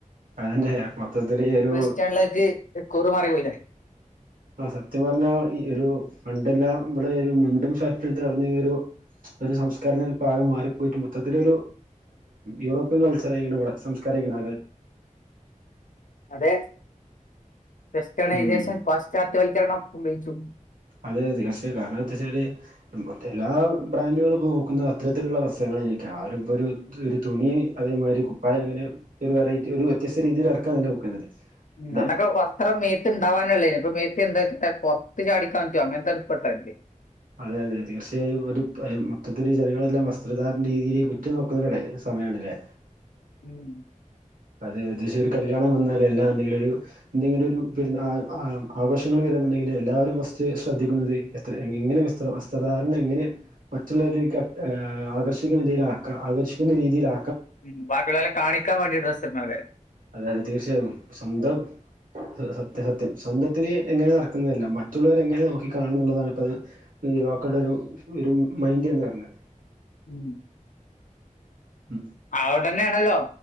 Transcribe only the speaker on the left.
വെസ്റ്റണ്ടിലേക്ക് കുറ്മാറി പോയില്ലേ
അതെ <unintelligible> <inaudible>
പാശ്ചാത്യവൽക്കരണം സംഭച്ചു
ഉം
അനക്കെ അത്ര മേത്ത്ണ്ടാവാനുള്ളള്ളേ ഇപ്പ മേത്ത് ഉണ്ടനപ്പ പെർത്ത് ചടിക്കാൻറ്റോ അങ്ങനത്തെപ്പെട്ടതല്ലേ
ഉംഹ്
ഉം ബാക്കിയുള്ളവരെ കാണിക്കാൻ വാണ്ടി ഡ്രസ്സിടുന്നവരെ
ഉം
അഹ്ണ്ടെന്നെയാണല്ലോ